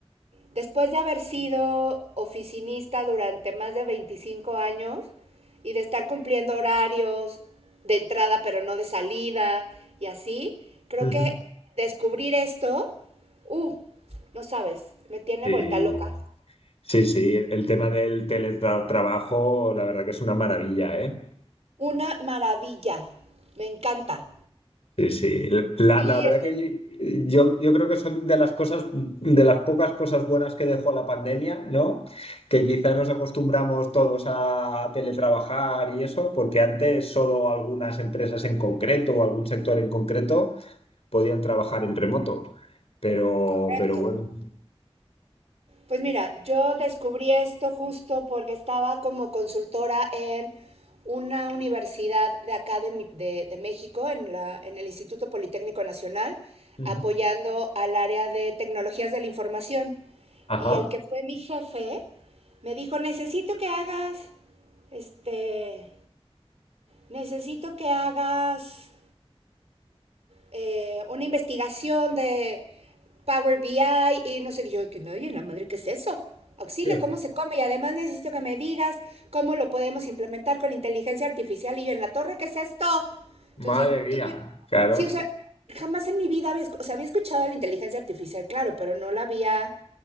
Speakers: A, on the right; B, on the left.
A: Después de haber sido oficinista durante más de 25 años y de estar cumpliendo horarios de entrada pero no de salida y así, creo
B: ujú.
A: que descubrir esto, uh, no sabes, me tiene
B: Sí,
A: vuelta loca.
B: sí, sí. El tema del teletrabajo, la verdad que es una maravilla, ¿eh?
A: Una maravilla, me encanta.
B: Sí, sí. La,
A: Y
B: la verdad
A: esto
B: que
A: es
B: yo, yo, yo creo que son de las cosas, de las pocas cosas buenas que dejó la pandemia, ¿no? Que quizá nos acostumbramos todos a teletrabajar y eso, porque antes solo algunas empresas en concreto o algún sector en concreto podían trabajar en remoto. Pero,
A: correcto.
B: pero bueno.
A: Pues mira, yo descubrí esto justo porque estaba como consultora en una universidad de acá de, mi- de- de México, en, la- en el Instituto Politécnico Nacional,
B: Ujú.
A: apoyando al área de tecnologías de la información.
B: Ajá.
A: Y el que fue mi jefe me dijo, necesito que hagas, este, necesito que hagas eh, una investigación de Power BI y no sé qué. Yo, que me oye, la madre, ¿qué es eso? Auxilio,
B: ¿Qué?
A: ¿cómo se come? Y además necesito que me digas cómo lo podemos implementar con inteligencia artificial. Y yo, en la torre, ¿qué es esto? Entonces,
B: Madre mía.
A: tuve.
B: Claro,
A: Sí, o sea, jamás en mi vida había, o sea, había escuchado de la inteligencia artificial, claro, pero no la había,